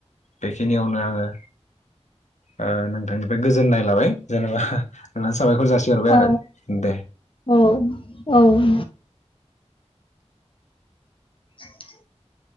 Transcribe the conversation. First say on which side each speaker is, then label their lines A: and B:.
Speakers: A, on the left; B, on the left.
A: बेखिनियावनो आंङो ओ नोंथांनिफाय गोजोननाय लाबाय जेनेबा ओ ज साबायखर जासिहरबाय
B: औ
A: आरो दे
B: औ औ <inaudible>